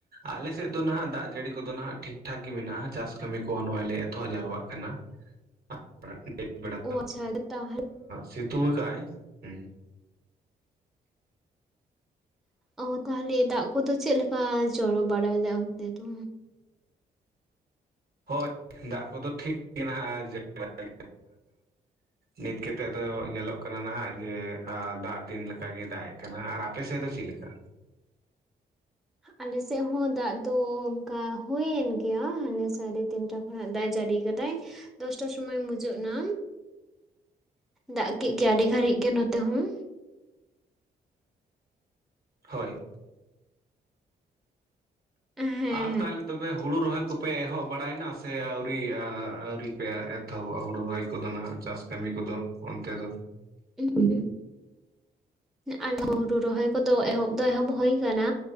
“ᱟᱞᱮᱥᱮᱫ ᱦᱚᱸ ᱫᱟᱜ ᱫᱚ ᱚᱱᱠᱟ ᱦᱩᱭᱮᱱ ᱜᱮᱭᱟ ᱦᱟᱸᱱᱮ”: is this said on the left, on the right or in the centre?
Centre